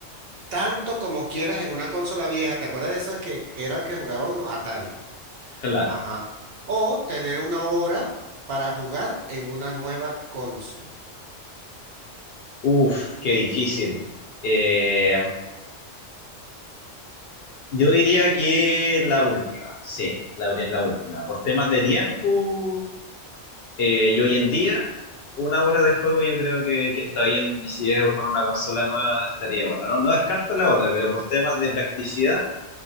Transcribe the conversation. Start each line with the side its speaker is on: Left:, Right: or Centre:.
Right: tanto como quieras en una consola vieja? ¿Te acuerdas de esas que, que era que jugaba uno? Atari.
Left: Claro.
Right: Ajá. O tener una hora para jugar en una nueva consola.
Left: Uf, qué difícil. Eh, yo diría que la última, sí, la, abrí la última. Por temas de tiempo, eh, y hoy en día, una hora de juego yo creo que, que está bien, y si es con una consola nueva estaría bueno. No, no descarto la otra, pero por temas de practicidad,